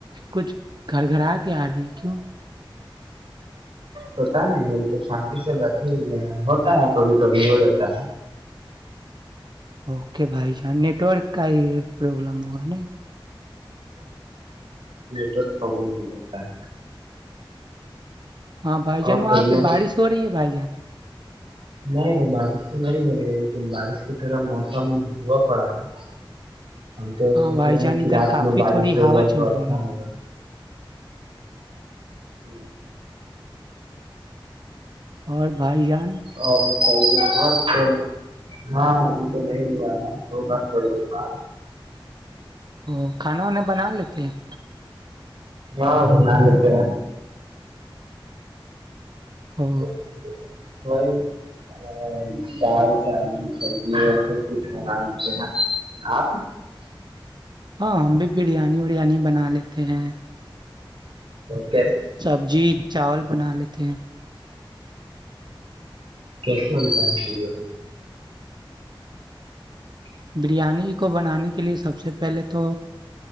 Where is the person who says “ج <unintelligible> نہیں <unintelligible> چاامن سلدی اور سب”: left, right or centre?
Right